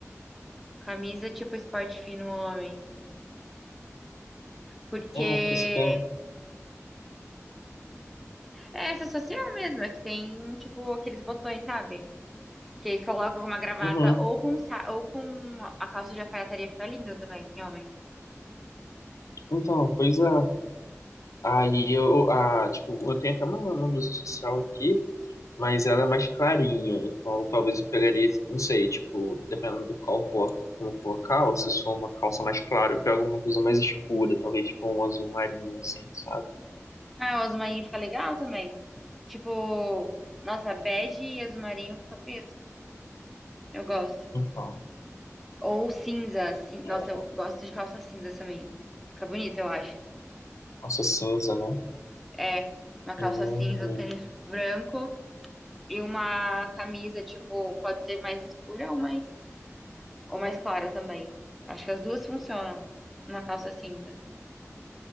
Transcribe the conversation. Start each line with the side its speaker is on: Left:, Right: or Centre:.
Centre: Camisa tipo esporte fino homem. Porque
Left: É,
Centre: é
Left: porque você tem.
Centre: essa social mesmo, é que tem, tipo, aqueles botões, sabe? Que aí colocam com uma gravata
Left: Uhum.
Centre: ou com, um sa- ou com a calça de alfaiataria fica linda também, em homem.
Left: Então, pois é. Aí eu, ah, tipo, eu tenho até uma, uma blusa social aqui. mas ela é mais clarinha, então talvez eu pegaria, não sei, tipo, dependendo do qual for, como for a calça, se for uma calça mais clara, eu pego uma blusa mais escura, talvez tipo um azul marinho, assim, sabe?
Centre: Ah, o azul marinho fica legal também. Tipo, nossa, bege e azul marinho fica bonito. Eu gosto.
Left: Então,
Centre: Ou cinza, cin- nossa,
Left: é,
Centre: eu gosto de calça cinza também. Fica bonito, eu acho.
Left: calça cinza, né?
Centre: É, uma calça
Left: Hum,
Centre: cinza, um tênis branco e uma camisa, tipo, pode ser mais escura ou mais, ou mais clara também. Acho que as duas funcionam. Uma calça cinza.